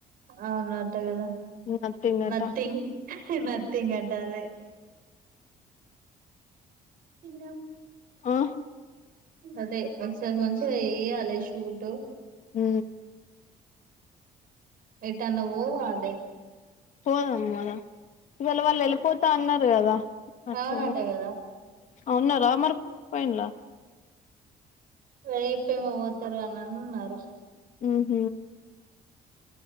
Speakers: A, on the right; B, on the left.
A: అవునట కదా
B: నథింగ్
A: నథింగ్
B: అట
A: మతీం కంటది ఇన్నాం
B: ఆ
A: అదే ఒకసారి మంచిం వయ్యాలి షూట్
B: ఉ
A: ఏటన ఓ వాాల
B: పోదాం మదాం ఇవాళ వాళ్ళు వెళ్ళిపోతా అన్నారు కదా అటు
A: అవునట కదా
B: అవున్న రామర్ పైన్లా
A: వెే ప్రేమ ఓతారాన్నారు
B: ఆ హ